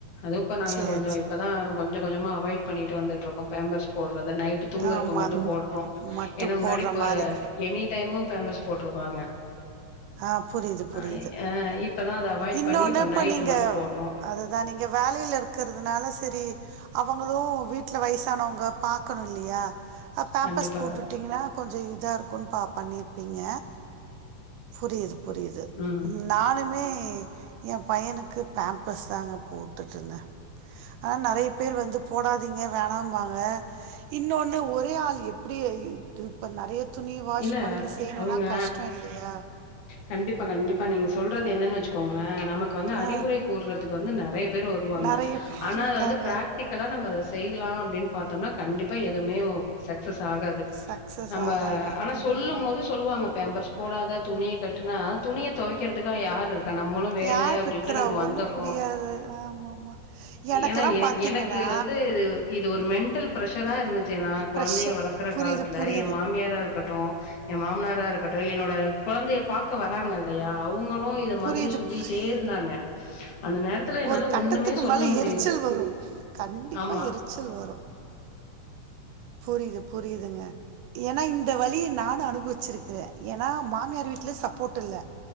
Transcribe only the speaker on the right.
சேரி
ஆமா
மட்டு
போடுற
மாரி
ஆப் புரியுது புரியுது
இன்னொன்னு
இப்ப
நீங்க
அதுதா நீங்க வேலயில இருக்கிறதுனால சரி அவுங்களும் வீட்டில வயசானவங்க பாக்கணும் இல்லியா ஆ பேம்பர்ஸ்
போட்டுட்டிங்ன்னா கொஞ்ஜோ இதா இருக்குனு பாப் பண்ணியிருப்பீங்க புரியுது புரியுது
நானுமே ஏ பையனுக்கு பேம்பரஸ் தாங்க போட்டுட்ருந்தே ஆனா நெறைய பேர் வந்து போடாதீங்க வேணாம்பாங்க இன்னொன்னு ஒரே ஆள் எப்டி இதுப்பண் நறையத் துணி வாஷ்
பண்ணி செய்யணுனா
கஷ்டோ இல்லையா
ஆ
நெறைய பேர்
இருக்காங்க
சக்சஸ்
ஆகாது ம்
யார்
இருக்கிறா
ஒன்னு
முடியாது ஆமாமா எனக்கெல்லா
பாத்தீங்கன்னா
ப்ரெஷர்
புரியுது
புரியுது
புரியுது
புரியுது
ஒரு கட்டத்துக்கு
மேல
எரிச்சல் வரும் கண்டிப்பா
எரிச்சல் வரும் புரியுது புரியுதுங்க ஏனா இந்த வழிய நானு அனுபவிச்சிருக்கிரேன் எனா மாமியார் வீட்ல சப்போ்ட் இல்ல